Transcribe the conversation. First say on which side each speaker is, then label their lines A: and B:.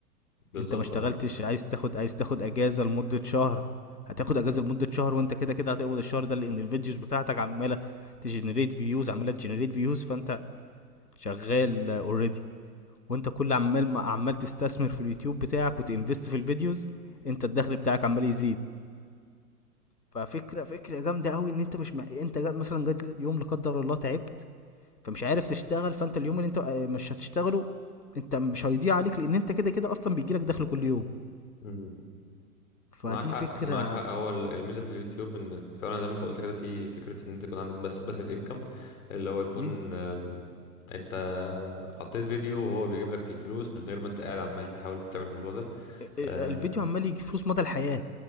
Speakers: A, on the left; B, on the left.
A: بالظبط
B: انت ما اشتغلتش
A: اه
B: عايز تاخد عايز تاخد اجازه لمده شهر هتاخد اجازه لمده شهر وانت كده كده هتقبض الشهر ده لان الفيديوز بتاعتك عماله تجنريت فيوز عماله تجنريت فيوز فانت شغال اوريدي وانت كل عمال ما عمال تستثمر في اليوتيوب بتاعك وتنفست في الفيديوز انت الدخل بتاعك عمال يزيد ففكره فكره جامده قوي ان انت مش م... انت جا... مثلا جات يوم لا قدر الله تعبت فمش عارف تشتغل فانت اليوم اللي انت آه، مش هتشتغله انت مش هيضيع عليك لان انت كده كده اصلا بيجي لك دخل كل يوم
A: امم
B: فدي
A: معاك حق
B: فكره
A: معاك حق هو ال- الميزه في اليوتيوب ان فعلا زي ما انت قلت كده في فكره ان انت يكون عندك بس باسيف انكم اللي هو يكون
B: مم.
A: أم، انت حطيت فيديو وهو بيجيب لك الفلوس من غير ما انت قاعد عمال تحاول في تعمل في الموضوع ده
B: الفيديو
A: أم،
B: عمال يجي فلوس مدى الحياه